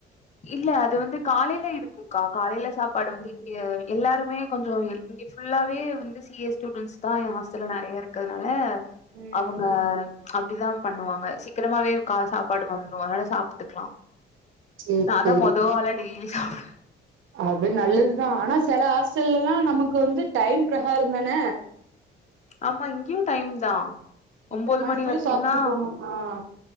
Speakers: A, on the left; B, on the right.
A: இல்ல அது வந்து காலைல இருக்கும் கா காலைல சாப்பாடு
B: ம்
A: வந்து எல்லாருமே கொஞ்சோ இங்க ஃபுல்லாவே வந்து சி ஏ ஸ்டூடெண்ட்ஸ் தா என் ஹாஸ்டல்ல நெறையா பேரு க்குதுனால
B: ம்
A: அவுங்க அப்டிதா பண்ணுவாங்க சீக்கிரமாவே கா சாப்பாடு வந்துரும் அதனால சாப்ட்டுக்லா
B: சேரி
A: நா
B: சேரி
A: தா மொத ஆளா டெய்லி சாப்டுவ
B: அது நல்லது தா ஆனா சில ஹாஸ்டல்லல்லா நமக்கு வந்து டைம் பிரகாரம் தான
A: ஆமா இங்கியு டைம் தா
B: இத்தன
A: ஒம்போது
B: மணிக்குள்ள
A: மணி வரைக்கிந்தா
B: சாப்ட்டு போணு ஆ